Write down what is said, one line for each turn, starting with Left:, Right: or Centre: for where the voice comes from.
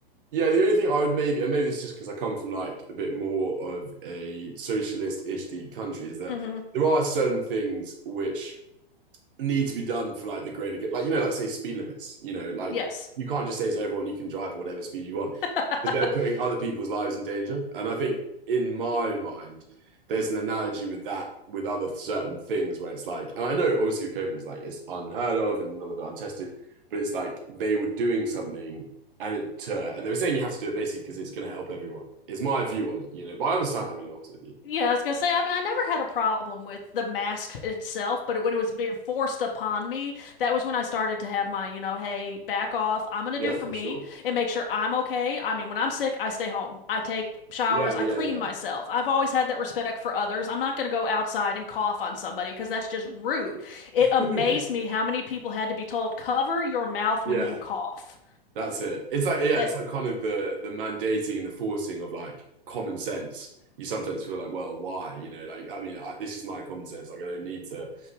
Right: yeah, the only thing I would maybe, and maybe it's just because I come from like a bit more of a socialist-ish the country, is that
Left: hmm
Right: there are certain things which need to be done for like the greater good. Like, you know, like say speed limits, you know, like
Left: Yes.
Right: you can't just say to everyone you can drive at whatever speed you want
Left: <laughs>
Right: because they're putting other people's lives in danger. And I think in my mind, there's an analogy with that with other certain things where it's like, and I know obviously with COVID is like it's unheard of and none of it untested, but it's like they were doing something and it uh, and they were saying you have to do it basically because it's going to help everyone. Is my view on it, you know. But I understand having an opposite view.
Left: Yeah, I was gonna say, I mean, I never had a problem with the mask itself, but it, when it was being forced upon me, that was when I started to have my, you know, hey, back off. I'm gonna
Right: Yeah,
Left: do for
Right: for
Left: me
Right: sure.
Left: and make sure I'm okay. I mean, when I'm sick, I stay home. I take showers,
Right: Yeah, yeah,
Left: I clean
Right: yeah.
Left: myself. I've always had that respect for others. I'm not gonna go outside and cough on somebody because that's just rude. It amazed
Right: Mm.
Left: me how many people had to be told, cover your mouth
Right: <laughs>
Left: when
Right: Yeah.
Left: you cough.
Right: That's it. It's like yeah,
Left: That
Right: it's like kind of the the mandating and the forcing of like common sense. You sometimes feel like, well, why? You know, like I mean, I, this is my common sense. Like I don't need to